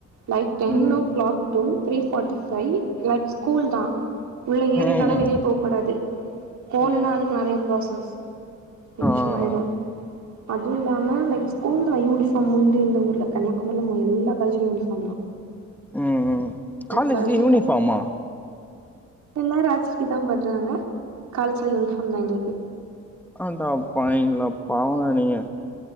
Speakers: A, on the right; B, in the centre.
A: like ten
B: ம்
A: ஓ கெளாக் to three forty five like school தா உள்ள ஏறிட்டோனா
B: ம்
A: வெளியே போ கூடாது போனுன்னா
B: ம்
A: அதுக்கு நெறைய ப்ராசஸ் டென்ஷன்ஆயிரு
B: ஆ ஆ
A: அதுவு இல்லாம லைக் ஸ்கூல் தா யூனிஃபார்ம் உண்டு இந்த ஊர்ல கன்னியாகுமரில எல்லா காலேஜ்லு யூனிஃபாம் தா
B: உம் ம்
A: ஒரு
B: காலேஜ்க்கு
A: காலேஜ்ல
B: யூனிபார்மா
A: எல்லாரு ஆச்சர்யோ தா பட்றாங்க காலேஜ்ல யூனிஃபார்ம் தான எங்ளுக்கு
B: ஆடா பாய்விங்களா பாவங்க நீங்க